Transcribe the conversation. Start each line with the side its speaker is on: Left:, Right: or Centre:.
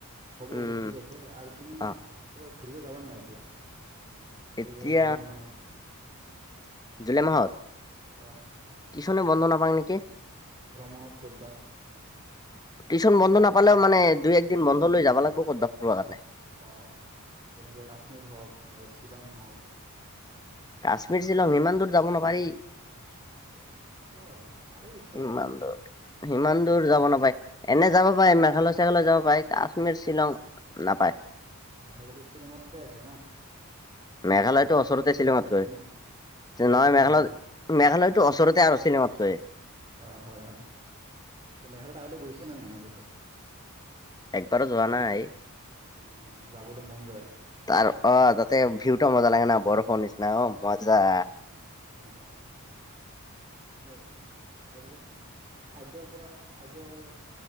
Right: হ'ব,
Left: উম
Right: হ'ব ঠিক আছে। আৰু তুমি
Left: অ
Right: ক'ৰবাত ঘূৰিব যাবা নাই এতিয়া?
Left: এতিয়া
Right: এই জুলাই মাহত?
Left: জুলাই মাহত?
Right: অহ।
Left: টিউচন বন্ধ নাপওঁ নেকি।
Right: ভ্ৰমণত ক'ত বা?
Left: টিউচন বন্ধ নাপালে মানে দুই, এক দিন বন্ধ লৈ যাব লাগিব কৰবাত ফূৰিব কাৰণে।
Right: অ যেনেকুৱা কাশ্মীৰ হওঁক নাইবা শ্বিলং হওঁক।
Left: কাশ্মীৰ, শ্বিলং ইমান দূৰ যাব নোৱাৰি।
Right: অঁ পাৰি ইচ্ছা
Left: ইমান
Right: কৰিলে।
Left: দূৰ সিমান দূৰ যাব নাপায়। এনেই যাব পাৰে মেঘালয়-চেঘালয় যাব পাৰে কাশ্মীৰ, শ্বিলং শুনা পায়।
Right: মেঘালয় টো চিলংঙতে আছে না?
Left: মেঘালয়
Right: অ শ্বিলংতো
Left: টো ওচৰতে
Right: মেঘালয়তে
Left: ছিলংত
Right: আছে
Left: হয়।
Right: না
Left: নহয়
Right: হয় নে
Left: মেঘালয়ত
Right: নাই
Left: মেঘালয় টো ওচৰতে আৰু চিলংঙতে হয়।
Right: অঁ হয় হয়। মেঘালয়ত আগতে গৈছে নে নাই আগতে?
Left: বাৰু যোৱা নাই।
Right: উম' যাবলৈ মন যায়।
Left: তাৰ অ তা'তে ভিউটো মজা লাগে না বৰফৰ নিচিনা অঁ মজা।
Right: হয় হয় হয়। ঠিকে আছে। আৰু পিছে খাদ্য পৰা খাদ্যৰ